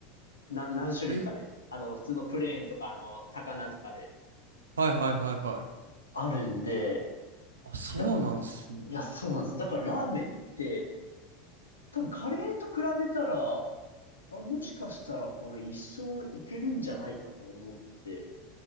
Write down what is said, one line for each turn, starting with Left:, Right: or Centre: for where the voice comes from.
Left: 何、何種類かで。
Right: え、
Left: あの、普通のプレーンとか、あの、高菜とかで。
Right: はいはいはいはい。
Left: あるんで、
Right: あ、そうなんすね。
Left: らいや、そうなんです。だからラーメンって、多分カレーと比べたら、あれもしかしたらこれ一生いけるんじゃないかと思って、